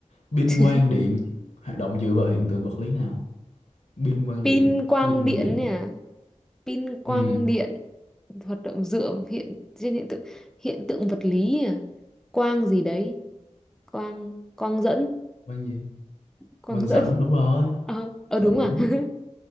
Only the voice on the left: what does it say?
binh
quang điện hoạt động dựa vào hiện tượng vật lý nào binh quang điện
cái binh quang
điện
á.
ừ
quang gì
quang dẫn
đúng rồi
chuẩn